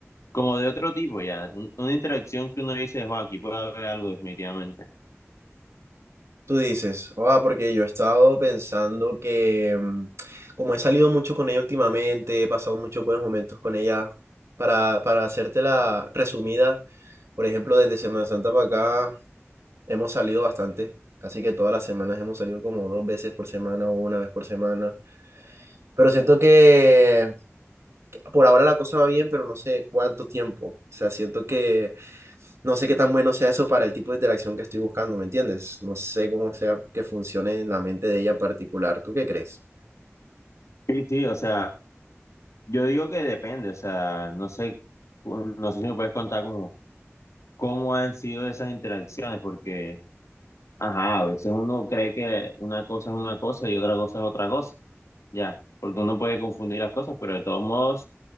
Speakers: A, on the left; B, on the right.
A: como de otro tipo ya, un- una interacción que uno dice, "Jo, aquí puede haber algo definitivamente.
B: Tú dices, ah, porque yo he estado pensando que mm, como he salido mucho con ella últimamente, he pasado muchos buenos momentos con ella, para, para hacerte la resumida, por ejemplo, desde Semana Santa para acá hemos salido bastante. Casi que todas las semanas hemos salido como dos veces por semana o una vez por semana. Pero siento que por ahora la cosa va bien, pero no sé cuánto tiempo. O sea, siento que No sé qué tan bueno sea eso para el tipo de interacción que estoy buscando, ¿me entiendes? No sé cómo sea que funcione en la mente de ella en particular. ¿Tú qué crees?
A: Sí, sí, o sea, yo digo que depende, o sea, no sé, no sé si me puedes contar como cómo han sido esas interacciones, porque, ajá, a veces uno cree que una cosa es una cosa y otra cosa es otra cosa, ya, porque uno puede confundir las cosas, pero de todos modos,